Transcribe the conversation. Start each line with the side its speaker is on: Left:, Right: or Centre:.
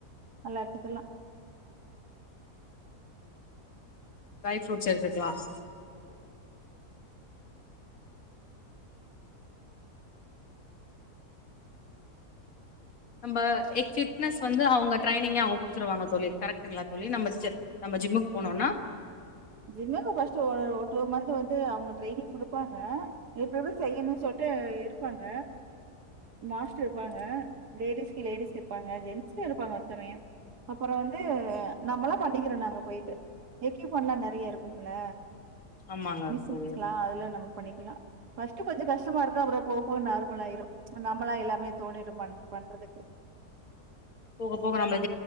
Right: நல்லா எடுத்துக்கலாம்
Left: ட்ரை ஃப்ரூட்ஸ் எடுத்துக்கலாம்
Right: <inaudible>
Left: நம்ம ஃபிட்னஸ் வந்து அவுங்க ட்ரைனிங்க அவுங்க குடுத்துருவாங்க தோழி கரெக்ட்டுங்ளா தோழி நம்ம நம்ம ஜிம்முக்கு போனோனா
Right: ஜிம்முக்கு ஃபர்ஸ்ட்டு ஒரு ஒரு டூ மந்த் வந்து அவுங்க ட்ரைனிங் குடுப்பாங்க இப்டி இப்டி செய்யணுன் சொல்ட்டு இருப்பாங்க மாஸ்டர் இருப்பாங்க லேடிஸ்க்கு லேடிஸ் இருப்பாங்க ஜென்ஸ்க்கு இருப்பாங்க ஒரு சமயோ அப்புறோ வந்து நம்மளா பண்ணிக்கிறோ நாங்க போயிட்டு எக்கியூப்மெண்ட்லா ந நறைய இருக்கும்ல
Left: ஆமாங்க
Right: மிஷின்ஸ்லா
Left: தோழி
Right: அதுல நம்ம பண்ணிக்கலா ஃபஸ்ட்டு கொஞ்சோ கஷ்டமா இருக்கு அப்புறோ போக போக நார்மல ஆயிரு நம்மளா எல்லாமே தோணிடும் பண் பண்றதுக்கு
Left: போக போக நம்பளுக்